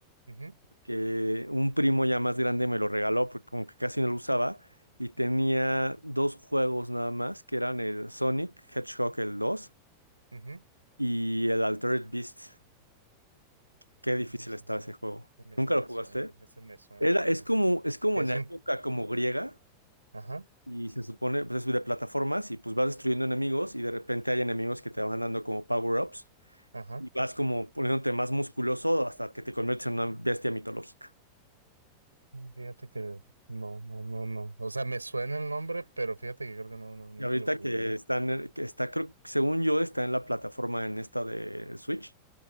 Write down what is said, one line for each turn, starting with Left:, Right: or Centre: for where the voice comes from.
Right: Ujú,
Left: que un primo ya más grande me lo regaló, porque como que casi no lo usaba, y tenía dos juegos nada más, que eran el Sonic Hedgehog el 2
Right: ujú.
Left: y el Altered Beast. Qué
Right: Mm,
Left: difícil
Right: ese,
Left: estaba
Right: ese-
Left: ese juego.
Right: ese- ese
Left: ¿Nunca
Right: me
Left: lo jugaste?
Right: suena, ese me suena,
Left: Era, es
Right: es,
Left: como, es como
Right: es
Left: en la
Right: un,
Left: época como griega.
Right: ajá,
Left: Y se supone, pues es de plataformas y pues vas destruyendo enemigos y de repente hay enemigos que te van dando como power-ups
Right: ajá.
Left: y vas como poniéndote más musculoso hasta que te conviertes en una bestia mitológica.
Right: Fíjate que no, no, no, no. O sea, me suena el nombre, pero fíjate que creo que no, no, nunca
Left: Y ahorita
Right: lo jugué.
Left: que están, que está, creo, según yo, está en la plataforma en esta de Switch,